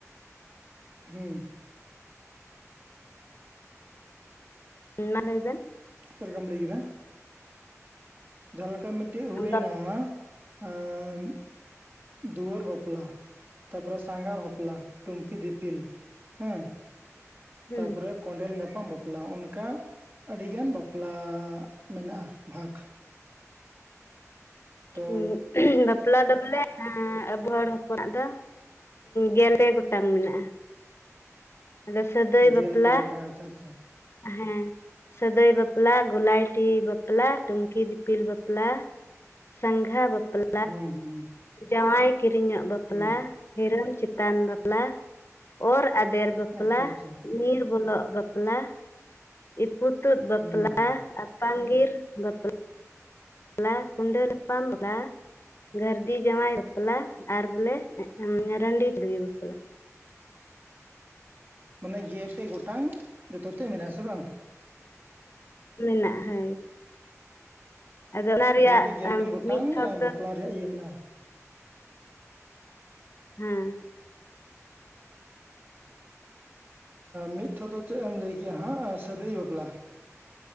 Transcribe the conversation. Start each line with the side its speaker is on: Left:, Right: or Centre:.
Right: ᱦᱩᱸ
Left: ᱢᱟ ᱞᱟᱹᱭ ᱵᱮᱱ
Right: ᱪᱮᱫ ᱞᱮᱠᱟᱢ ᱞᱟᱹᱭ ᱠᱮᱫᱟ, ᱡᱟᱦᱟᱸᱞᱮᱠᱟ ᱢᱤᱫᱴᱳᱡ ᱦᱩᱭᱱᱟ
Left: ᱵᱟᱯ-
Right: ᱮᱸᱫ ᱫᱩᱣᱟᱹᱨ ᱵᱟᱯᱞᱟ ᱛᱟᱯᱚᱨᱮ ᱥᱟᱸᱜᱟ ᱵᱟᱯᱞᱟ, ᱴᱩᱝᱠᱤ ᱫᱤᱯᱤᱞ ᱦᱮᱸ,
Left: ᱦᱩᱸ
Right: ᱛᱟᱯᱚᱨᱮ ᱠᱚᱸᱰᱮᱞ ᱧᱟᱯᱟᱢ ᱵᱟᱯᱞᱟ ᱦᱚᱸᱜ-ᱚᱱᱠᱟ ᱟᱹᱰᱤ ᱜᱟᱱ ᱵᱟᱯᱞᱟ ᱢᱮᱱᱟᱜᱼᱟ ᱵᱷᱟᱜᱽ ᱛᱚ
Left: ᱦᱩᱸ, ᱩᱸ ᱵᱟᱯ ᱵᱟᱯᱞᱟ ᱫᱚ ᱵᱚᱞᱮ ᱮᱸᱻ ᱟᱵᱚ ᱦᱚᱲ ᱦᱚᱯᱚᱱᱟᱜ ᱫᱚ ᱜᱮᱞ ᱯᱮ ᱜᱚᱴᱟᱝ ᱢᱮᱱᱟᱜᱼᱟ ᱟᱫᱚ ᱥᱟᱹᱫᱟᱹᱭ ᱵᱟᱯᱞᱟ
Right: ᱜᱮᱞ ᱯᱮ ᱜᱚᱴᱟᱝ ᱟᱪᱪᱷᱟ ᱟᱪᱪᱷᱟ
Left: ᱦᱮᱸ ᱥᱟᱹᱫᱟᱹᱭ ᱵᱟᱯᱞᱟ ᱜᱳᱞᱟᱭᱴᱤ ᱵᱟᱯᱞᱟ ᱴᱩᱝᱠᱤ ᱫᱤᱯᱤᱞ ᱵᱟᱯᱞᱟ᱾ ᱥᱟᱸᱜᱷᱟ ᱵᱟᱯᱞᱟ
Right: ᱦᱮᱸ ᱦᱩᱸ
Left: ᱡᱟᱶᱟᱭ ᱠᱤᱨᱤᱧᱟᱜ ᱵᱟᱯᱞᱟ
Right: ᱦᱩᱸ
Left: ᱦᱤᱨᱢ ᱪᱷᱟᱹᱴ ᱛᱟᱱ ᱵᱟᱯᱞᱟ ᱚᱨ ᱟᱫᱮᱨ ᱵᱟᱯᱞᱟ
Right: ᱟᱪᱪᱷᱟ ᱟᱪᱪᱷᱟ
Left: ᱧᱤᱨ ᱵᱚᱞᱚᱜ ᱵᱟᱯᱞᱟ ᱛᱟᱨ ᱤᱯᱩᱛᱩᱫ ᱵᱟᱯᱞᱟ
Right: ᱦᱩᱸ ᱦᱩᱸ
Left: ᱟᱯᱟᱝᱜᱤᱨ ᱵᱟᱯᱞᱟ, ᱞᱟ ᱠᱩᱰᱳᱞ <unintelligible> ᱜᱟᱹᱨᱫᱤ ᱡᱟᱶᱟᱭ ᱵᱟᱯᱞᱟ ᱟᱨ ᱵᱚᱞᱮ ᱨᱟᱺᱰᱤ <unintelligible> ᱵᱟᱯᱞᱟ
Right: ᱢᱟᱱᱮ ᱡᱮᱛᱮ ᱜᱚᱴᱟᱝ ᱡᱚᱛᱮ ᱛᱮ ᱢᱮᱱᱟᱜ ᱟᱥ ᱵᱟᱝ᱾
Left: ᱢᱮᱱᱟᱜᱼᱟ ᱦᱳᱭ, ᱟᱫᱚ ᱚᱱᱟ ᱨᱮᱭᱟᱜ
Right: ᱡᱚᱛᱷᱚ ᱛᱮ ᱜᱮᱯᱮᱞ ᱜᱚᱴᱟᱝ
Left: ᱢᱤᱫ ᱛᱷᱚᱠ ᱫᱚ
Right: ᱵᱟᱯᱞᱟ ᱨᱮᱭᱟᱜ ᱤᱭᱟᱹ ᱢᱮᱱᱟᱜᱼᱟ᱾
Left: ᱦᱮᱸ,
Right: ᱢᱤᱜ ᱛᱷᱚᱛᱚ ᱫᱚ ᱪᱮᱜ ᱮᱢ ᱞᱟᱹᱭ ᱠᱮᱜᱼᱟ ᱦᱟᱸᱜ ᱥᱟᱹᱫᱟᱹᱭ ᱵᱟᱯᱞᱟ?